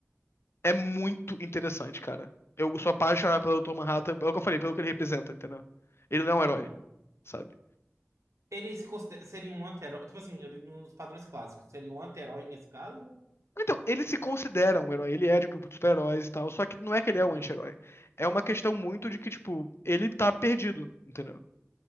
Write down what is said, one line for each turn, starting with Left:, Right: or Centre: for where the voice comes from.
Left: É muito interessante, cara. Eu sou apaixonado pelo Dr. Manhattan, pelo que eu falei, pelo que ele representa, entendeu? Ele não é
Right: Uhum.
Left: um herói, sabe?
Right: Ele se considera- seria um anti-herói. Tipo assim, eu digo nos padrões clássicos. Seria um anti-herói nesse caso?
Left: Então, ele se considera um herói, ele é de um grupo de super-heróis e tal, só que não é que ele
Right: Uhum.
Left: é um anti-herói. É uma questão muito de que, tipo, ele tá perdido, entendeu?